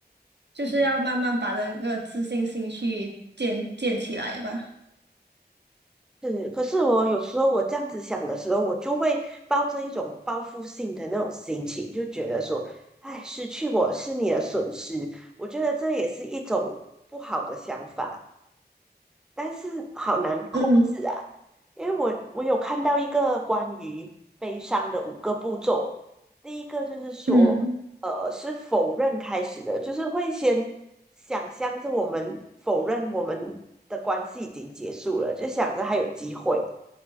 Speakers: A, on the right; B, in the centre.
A: 就是要慢慢把那个自信心去建建起来吧。
B: 嗯是，可是我有时候我这样子想的时候，我就会抱着一种报复性的那种心情，就觉得说，哎，失去我是你的损失，我觉得这也是一种不好的想法。但是好难控制啊，
A: 嗯
B: 因为我我有看到一个关于悲伤的五个步骤，第一个就是说，
A: 嗯
B: 呃，是否认开始的，就是会先想象着我们否认我们的关系已经结束了，就想着还有机会，